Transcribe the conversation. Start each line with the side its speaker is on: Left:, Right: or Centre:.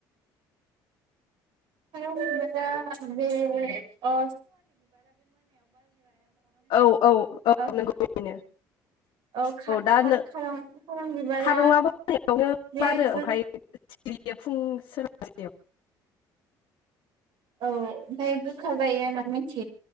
Right: <unintelligible> नङा होनबा?
Left: औ औ औ
Right: ओ
Left: नंगौ बेनो
Right: औ खा-खा-खारं
Left: दा नो
Right: खारं बिबारा
Left: खारंआबो मोनायावनो
Right: जि
Left: बारो
Right: गो
Left: ओमफ्राय सिरियो फुं सोरांसेआव।
Right: औ ओमफ्राय गोखा जायो होना मिथि